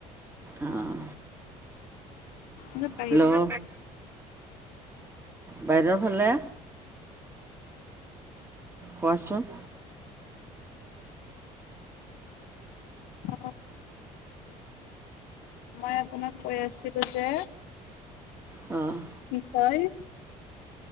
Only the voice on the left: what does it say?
ম <unintelligible>
অ <unintelligible> মই আপোনাক কৈ আছিলো যে,
কি কয়?